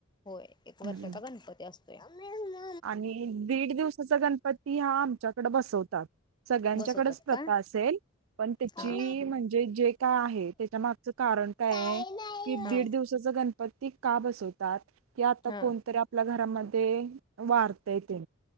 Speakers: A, on the left (about 20°); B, on the right (about 75°).
A: होय एक वर्षाचा
B: हम्म
A: गणपती असतो. <unintelligible>
B: आणि दीड दिवसाचा गणपती हा आमच्याकड बसवतात. सगळ्यांच्याकडेच
A: बसवतात
B: प्रथा
A: का
B: असेल पण त्याची
A: हा
B: म्हणजे जे काय आहे त्याच्या मागच कारण काय
A: काही
B: आहे की
A: नाही हा
B: दीड दिवसाच गणपती का बसवतात की आता
A: हा
B: कोणतरी आपल्या घरामध्ये वारतय ते